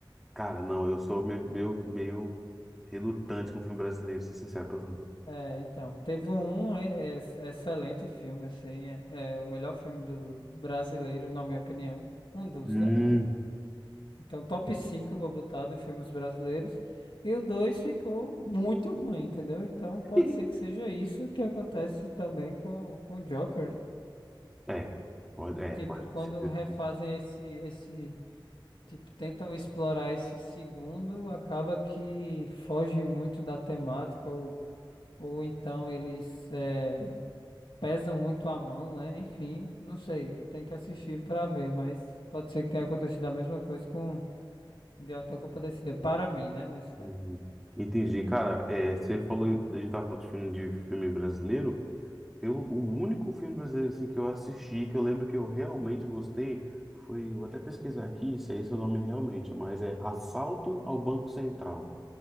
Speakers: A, in the centre; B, on the left.
A: Cara, não, eu sou meio, meio, meio relutante com filme brasileiro, ser sincero pra tu.
B: É, então, teve um é, é, excelente filme, assim, é, é o melhor filme do brasileiro, na minha opinião, um dos,
A: Hum.
B: né? Então, top 5 vou botar de filmes brasileiros, e o 2 ficou muito ruim, entendeu? Então, pode
A: <laughs>
B: ser que seja isso que acontece também com, com o Joker, né?
A: É, pode,
B: De,
A: é,
B: tipo,
A: pode
B: quando
A: ser.
B: refazem esse, esse, tipo, tentam explorar esse segundo, acaba que foge muito da temática, ou, ou então eles eh, pesam muito a mão, né? Enfim, não sei, tem que assistir pra ver, mas pode ser que tenha acontecido a mesma coisa com De Alta Compadecida, para mim, né, nesse caso.
A: Uhum. Entendi, cara. é, você falou, a gente tava falando de filme, de filme brasileiro. Eu, o único filme brasileiro assim, que eu assisti, que eu lembro que eu realmente gostei, foi. Vou até pesquisar aqui se é esse o nome realmente, mas é Assalto ao Banco Central.